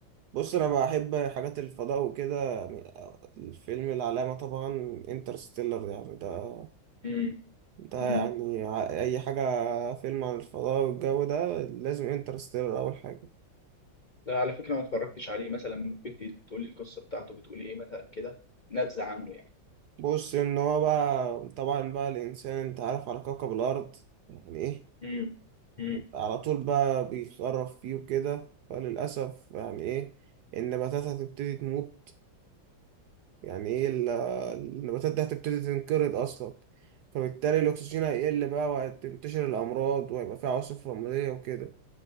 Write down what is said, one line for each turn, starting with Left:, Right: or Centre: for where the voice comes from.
Right: بص انا بحب حاجات الفضاء وكده يعني الفيلم العلامه طبعا انترستيلر يعني ده
Left: مم.
Right: ده
Left: مم.
Right: يعني ع- اي حاجه فيلم عن الفضاء والجو ده لازم انترستيلر اول حاجه
Left: لا على فكره ما اتفرجتش عليه مثلا ممكن ت- تقول لي القصه بتاعته بتقول ايه مثلا كده نبذه عنه يعني
Right: بص ان هو بقى طبعا بقى الانسان انت عارف على كوكب الارض يعني ايه
Left: مم. مم.
Right: على طول بقى بيخرف فيه وكده فللاسف يعني ايه النباتات هتبتدي تموت يعني ايه ال- النباتات دي هتبتدي تنقرض اصلا فبالتالي الاكسجين هيقل بقى وهتنتشر الامراض وهيبقى في عواصف رمليه وكده